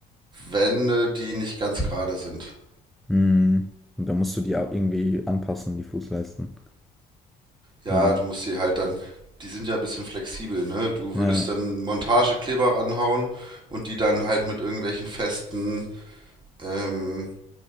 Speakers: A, on the right; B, in the centre.
A: Wände, die nicht ganz gerade sind.
B: Hm. Und da musst du die auch irgendwie anpassen, die Fußleisten.
A: Ja,
B: Ja,
A: du musst sie halt dann, die sind ja ein bisschen flexibel, ne? Du
B: ja.
A: würdest dann Montagekleber ranhauen und die dann halt mit irgendwelchen festen, ähm,